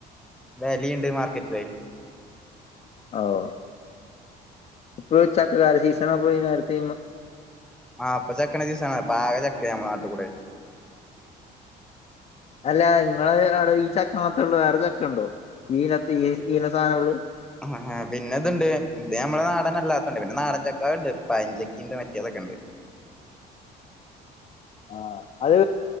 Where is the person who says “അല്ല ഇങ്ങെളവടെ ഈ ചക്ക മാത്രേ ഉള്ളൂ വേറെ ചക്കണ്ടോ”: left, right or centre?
Left